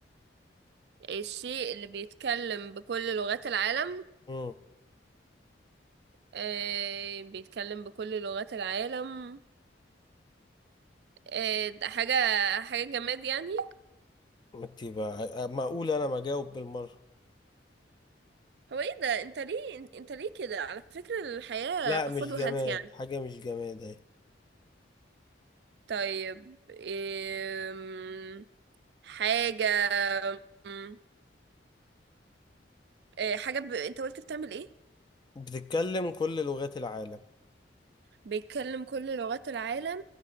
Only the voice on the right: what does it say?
الشيء اللي بيتكلم بكل لغات العالم
آه بيتكلم بكل لغات العالم آه ده حاجة حاجة جماد يعني
هو ايه ده انت ليه انت ليه كده على فكرة الحياة
خد وهات
يعني
طيب إيه حاجة أم، إيه حاجة ب... انت قلت بتعمل ايه
بيتكلم كل لغات العالم